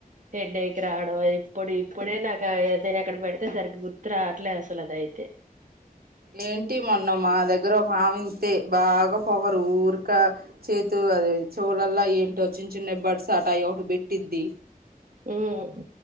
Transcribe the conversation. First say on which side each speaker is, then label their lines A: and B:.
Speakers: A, on the right (about 55°); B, on the right (about 85°).
A: హెడ్డైకి రావడం ఇప్పుడు ఇప్పుడే నాకు అైనా ఎక్కడ పెడితే సరిగ గుర్తు రావట్లే అసలు అది అయితే
B: ఏంటి మొన్న మా దగ్గర ఒక ఆవి ఇంతే బాగా పొగరు ఊరిక చేతు అదే చోలలా ఏంటో చిన్న చిన్న బడ్స్ ఆట ఒకటి పెట్టిద్ది
A: హ్మ్మ్